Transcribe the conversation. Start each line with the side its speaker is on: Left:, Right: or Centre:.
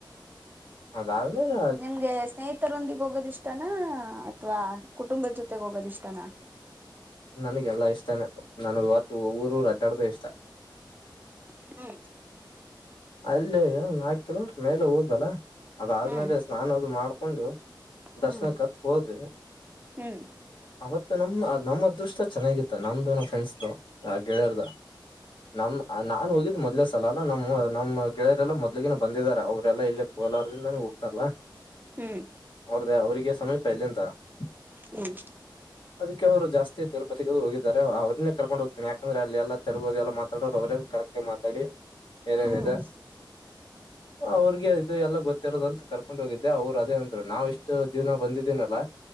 Left: ಹ ಗಾವ ನ ರ
Right: ನಿಮ್ಗೆ ಸ್ನೇಹಿತರೊಂದಿಗೆ ಹೋಗೋದಿಷ್ಟಾನ ಅಥವಾ ಕುಟುಂಬ ಜೊತೆ ಹೋಗದಿಷ್ಟಾನ.
Left: ನನಗೆಲ್ಲಾ ಇಷ್ಟ. ತನ ನಾನು. <unintelligible> ಊರೂರು ಅಡಾಡ್ದ ಇಷ್ಟ.
Right: ಹ್ಮ
Left: ಅಲ್ಲಿೇ ಒ ನಾಕು ಕಿಲೋಮೀಟರ್ ಮೇಲೆ ಹೋದಲ್ಲ. ಅದಾದ್ಮೇಲೆ
Right: ಹ್ಮ್
Left: ಸ್ನಾನ ಅದು ಮಾಡ್ಕ ಒಂದುು. ದರ್ಶನುಕ್ಕಂತೂ
Right: ಹ್ಮ್
Left: ಹೋದ್ವಿ
Right: ಹ್ಮ್
Left: ಅವತ್ ನಮ್ ನಮ್ಮ್ ಅದೃಷ್ಟ ಚೆನ್ನಾಗಿತ್ತ ನಮ್ದು ನಮ್ಮ್ ಫ್ರೆಂಡ್ಸ್ ಆ ಗೆಳೆಯರ್ದ ನಮ್ ಅ ನಾನ್ ಹೋಗಿದ್ದ. ಮೊದ್ಲ ಸಲಾಲ ನಮ್ಮ ನಮ್ ಗೆಳೆಯರೆಲ್ಲ ಮೊದಲಿಗೆನೇ ಬಂದಿದ್ದಾರೆ ಅವರೆಲ್ಲ ಇಲ್ಲೇ ಕೋಲಾರ್ದಿಂದನೇ ಹೋಗ್ತಾರಲ್ಲ
Right: ಹ್ಮ್
Left: ಅವರಿಗೆ ಸಮೀ ಫೈಲಂದ <unintelligible>
Right: ಹ್ಮ್
Left: ಅದಕ್ಕೆ ಅವ್ರು ಜಾಸ್ತಿ ತಿರುಪತಿಗೆ ಹೋಗಿದ್ದಾರೆ ಅವ್ರನ್ನೇ ಕರ್ಕೊಂಡ ಹೋಗ್ತನಿ ಯಾಕಂದ್ರೆ ಅಲ್ಲಿ ಎಲ್ಲಾ ತೆಲುಗುದಲ್ಲಿ ಎಲ್ಲ ಮಾತಾಡೋರು ಅವರೇ ಕರೆಕ್ಟ ಆಗಿ ಮಾತಾಡಿ. <unintelligible>
Right: ಹ್ಮ್
Left: ಅವ್ರಿಗೆ ಇದು ಎಲ್ಲ ಗೊತ್ತಿರೋದಂತ ಕರ್ಕೊಂಡ್ ಹೋಗಿದ್ದೆ ಅವ್ರು ಅದೇನಂದ್ರು ನಾವ್ ಇಷ್ಟು ದಿನ ಬಂದಿದ್ದೀನಲ್ಲ.